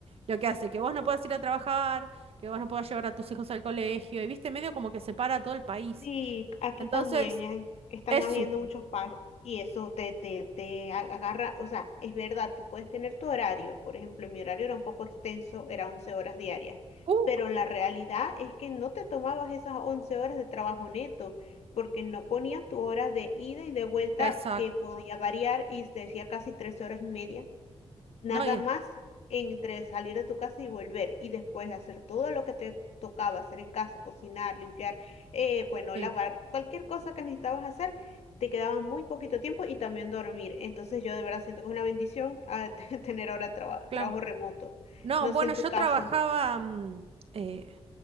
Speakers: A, on the right (about 65°); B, on the left (about 85°).
A: lo que hace que vos no puedas ir a trabajar, que vos no puedas llevar a tus hijos al colegio, y viste, medio como que separa todo el país.
B: Sí, aquí
A: Entonces,
B: también eh, están
A: es
B: habiendo
A: un...
B: muchos paros y eso te, te, te a- agarra, o sea, es verdad, tú puedes tener tu horario, por ejemplo, mi horario era un poco extenso, era 11 horas diarias,
A: cuco.
B: pero la realidad es que no te tomabas esas 11 horas de trabajo neto, porque no ponías tu hora de ida y de vuelta
A: exacto.
B: que podía variar y se decía casi tres horas y media Nada
A: No, y es-
B: más entre salir de tu casa y volver y después hacer todo lo que te tocaba hacer en casa, cocinar, limpiar, eh, bueno,
A: sí,
B: lavar, cualquier cosa que necesitabas hacer, te quedaba muy poquito tiempo y también dormir. Entonces yo de verdad siento que es una bendición ah, <laughs> te- tener ahora traba-
A: claro.
B: trabajo remoto.
A: No,
B: No
A: bueno,
B: sé en
A: yo
B: tu caso.
A: trabajaba mm, eh,